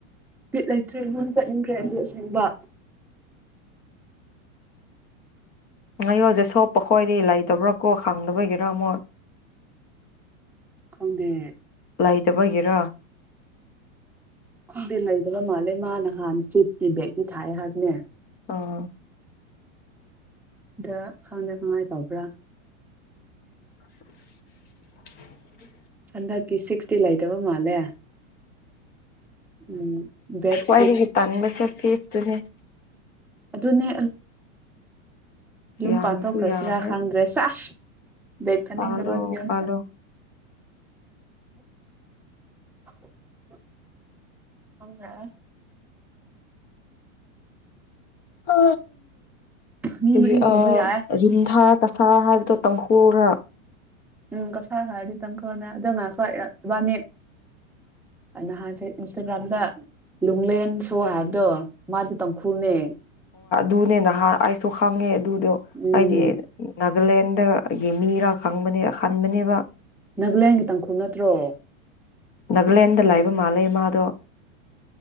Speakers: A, in the centre; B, on the left (about 25°).
A: ꯂꯤꯠ ꯂꯩꯇ꯭ꯔꯔꯤ ꯏꯣꯟ ꯆꯠꯅꯤꯡꯗ꯭ꯔꯦ ꯑꯗꯨ ꯑꯁꯦꯡꯕ
B: ꯉꯌꯣꯖꯤꯦ ꯁꯣꯞꯄ ꯈꯣꯏꯗꯤ ꯂꯩꯇꯕ꯭ꯔꯥ ꯀꯣ ꯈꯪꯗꯕꯒꯤꯔ ꯑꯃꯨꯛ
A: ꯈꯪꯗꯦ
B: ꯏꯗꯕꯒꯦꯔ
A: ꯈꯪꯗꯤ ꯂꯩꯗꯕ ꯃꯥꯜꯂꯦ ꯃꯥ ꯅꯍꯥꯟ ꯁ꯭ꯤꯐꯀꯤ ꯕꯦꯒꯤ ꯊꯥꯏ ꯍꯥꯏꯕꯅꯦ
B: ꯑꯥ
A: ꯗ ꯈꯪꯗ ꯉꯥꯏ ꯇꯧꯕ꯭ꯔꯥ
B: <unintelligible>
A: ꯍꯟꯗꯛꯀꯤ ꯁꯤꯛꯁꯇꯤ ꯂꯩꯇꯕ ꯃꯥꯜꯂꯦ ꯎꯝ ꯕꯦꯞ
B: ꯀꯥꯏ
A: ꯁꯤꯛꯁ
B: ꯇꯅꯤꯕꯁꯦ ꯐꯦ ꯇꯗꯤ
A: ꯑꯗꯨ ꯑꯗꯨꯅꯦ ꯌꯨꯝ
B: ꯌꯥꯝꯁꯨ
A: ꯄꯥꯟꯊꯣꯛꯈ꯭ꯔꯁꯤꯔꯥ
B: ꯌꯥꯝꯃꯦ
A: ꯈꯪꯗ꯭ꯔꯦ ꯆꯁ ꯕꯦꯛ ꯈꯅ
B: ꯄꯥꯜꯂꯣ
A: ꯗꯕꯒꯤ ꯑꯣꯐ
B: ꯄꯥꯜꯂꯣ
A: <unintelligible> ꯍꯗ
B: ꯑ
A: ꯃꯤ
B: ꯎ
A: ꯃꯔꯤ ꯇꯣꯡꯕ
B: ꯑ ꯔꯔꯤꯙꯥ
A: ꯌꯥꯏ
B: ꯀꯁꯥꯔ ꯍꯥꯏꯕꯗꯣ ꯇꯪꯈꯨꯅ
A: ꯎꯝ ꯀꯁꯥꯔ ꯍꯥꯏꯔꯗꯤ ꯇꯪ ꯈꯔꯅꯦ ꯑꯗꯨ ꯉ ꯈꯕꯥꯅꯤ ꯅꯍꯥꯟꯁꯦ ꯏꯟꯁꯇꯥꯒ꯭ꯔꯥꯝꯗ ꯂꯨꯡꯂꯦꯟ ꯁꯣ ꯍꯥꯏꯕꯗꯣ ꯃꯥꯗꯤ ꯇꯥꯡꯈꯨꯜꯅꯦ
B: ꯨꯅꯦ ꯅꯍꯥ ꯑꯩꯁꯨ ꯈꯥꯡꯉꯦ ꯑꯗꯨꯗꯣ
A: ꯎꯝ
B: ꯑꯩꯗꯤ ꯅꯥꯒꯥꯂꯦꯟꯗꯒꯤ ꯃꯤꯔꯥ ꯈꯪꯕꯅꯦ ꯍꯟꯥꯟꯕꯅꯦꯕ
A: ꯅꯥꯒꯂꯦꯟꯒꯤ ꯇꯪꯈꯨꯜ ꯅꯠꯇ꯭ꯔꯣ
B: ꯅꯥꯒꯥꯂꯦꯟꯗ ꯂꯥꯛꯕ ꯃꯥꯜꯂꯦ ꯃꯥꯗꯣ